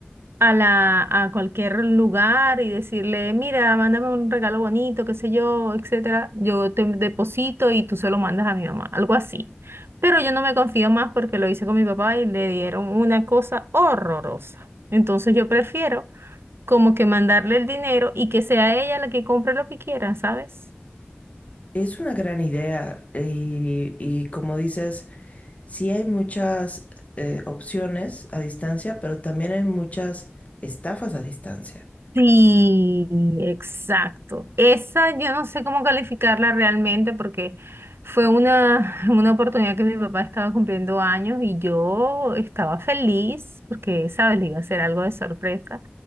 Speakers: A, on the right; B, on the left.
A: a la, a cualquier lugar y decirle, mira, mándame un regalo bonito, qué sé yo, etcétera, yo te deposito y tú se lo mandas a mi mamá, algo así. Pero yo no me confío más porque lo hice con mi papá y le dieron una cosa horrorosa. Entonces yo prefiero como que mandarle el dinero y que sea ella la que compre lo que quiera, ¿sabes?
B: es una gran idea. Y, y como dices, sí hay muchas eh, opciones a distancia, pero también hay muchas estafas a distancia.
A: Sí, exacto. Esa yo no sé cómo calificarla realmente porque fue una, <laughs> una oportunidad que mi papá estaba cumpliendo años y yo estaba feliz porque, ¿sabes? Le iba a hacer algo de sorpresa.